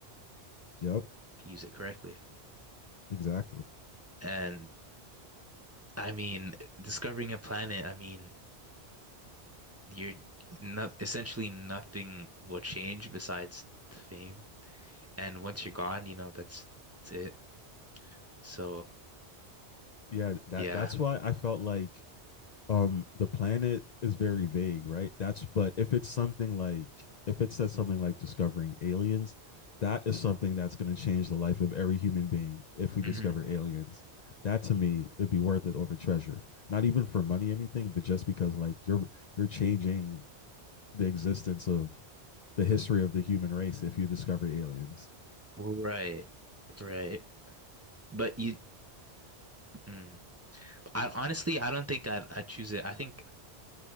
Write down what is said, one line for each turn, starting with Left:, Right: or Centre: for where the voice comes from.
Left: Yep.
Right: if you use it correctly.
Left: Exactly.
Right: And I mean, discovering a planet, I mean, you're not essentially nothing will change besides fame. And once you're gone, you know, that's, that's it. So
Left: Yeah, that
Right: yeah.
Left: that's why I felt like um the planet is very vague, right? That's but if it's something like if it says something like discovering aliens, that is something that's going to change the life of every human being if we
Right: hmm
Left: discover aliens. That to me would be worth it over treasure. Not even for money anything, but just because like you're you're changing the existence of the history of the human race if you discover aliens.
Right: Right. Right. But you, mm. I honestly, I don't think I'd, I'd choose it. I think